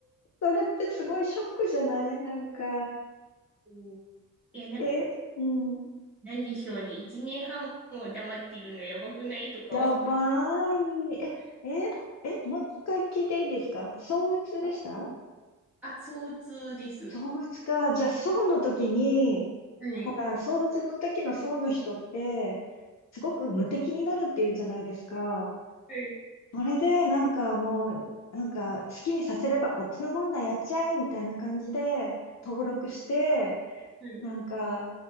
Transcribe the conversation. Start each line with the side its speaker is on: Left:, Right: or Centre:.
Left: それってすごいショックじゃないなんか、
Centre: う。いや、なん、
Left: え、うん、
Centre: なんでしょうね。一年半も黙ってるのやばくないとか思う。
Left: やばい。え、え、え、もう一回聞いていいですか相うつでした
Centre: <laughs> あ、相通です。
Left: 相打ちか。じゃあ、宋の時に、
Centre: はい。
Left: ほら、相打ちの時の宋の人って、すごく無敵になるっていうじゃないですか。
Centre: はい。
Left: それで、なんかもう、なんか好きにさせればこっちのもんだ、やっちゃえ、みたいな感じで、登録して、
Centre: はい。
Left: なんか、